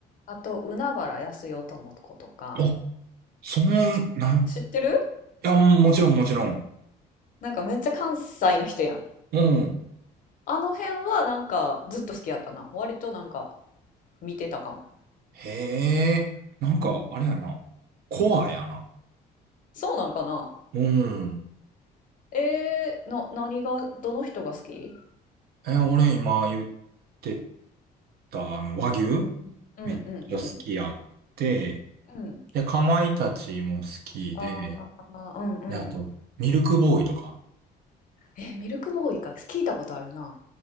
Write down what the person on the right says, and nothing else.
お、そう、
なん、いや、もちろんもちろん。
うん。
へえ、なんか、
あれやな。コアやな。
うん。
え、俺今言ってた、あの、和牛
めっちゃ好きやって、
で、かまいたちも好きで、
で、あと、ミルクボーイとか。